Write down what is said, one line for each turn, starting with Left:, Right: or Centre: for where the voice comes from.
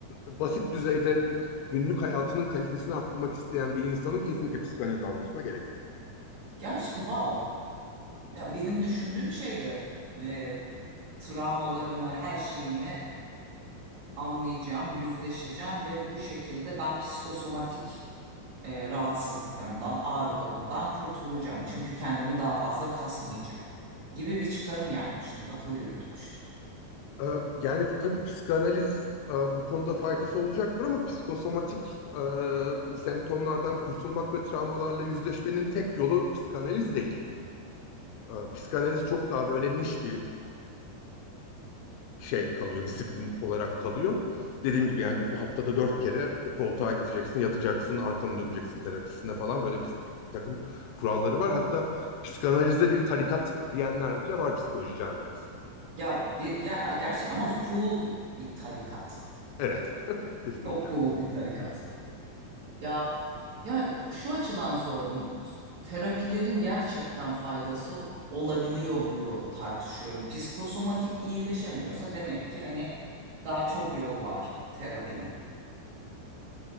Left: basit düzeyde günlük hayatının kalitesini arttırmak isteyen bir insanın kesinlikle psikanaliz almasına gerek yok.
Right: gerçi wow ya benim düşündüğüm şeydi e, travmalarımı her şeyimi anlayacağım, yüzleşeceğim ve bu şekilde ben psikosomatik e, rahatsızlıklarımdan, ağrılarımdan kurtulacağım. Çünkü kendimi daha fazla kasmayacağım gibi bir çıkarım yapmıştım, akıl yürütmüştüm.
Left: E, yani tabii psikanaliz e, bu konuda faydası olacaktır ama psikosomatik e, semptomlardan kurtulmak ve travmalarla yüzleşmenin tek yolu psikanaliz değil. E, psikanaliz çok daha böyle niş bir e, şey kalıyor, disiplin olarak kalıyor. Dediğim gibi yani haftada dört kere o koltuğa gideceksin, yatacaksın, arkanı döneceksin terapisinde falan böyle bir, bir, bir takım kuralları var. Hatta psikanalize bir tarikat diyenler bile var psikoloji camiasında.
Right: Ya bir ya, gerçek ama cool bir tarikat.
Left: Evet, <laughs> kesinlikle.
Right: Çok cool bir tarikat. Ya ya şu açıdan sordum. Terapilerin gerçekten faydası olabiliyor mu tartışıyorum. Psikosomatik iyileşemiyorsa demek ki hani daha çok yolu var terapinin.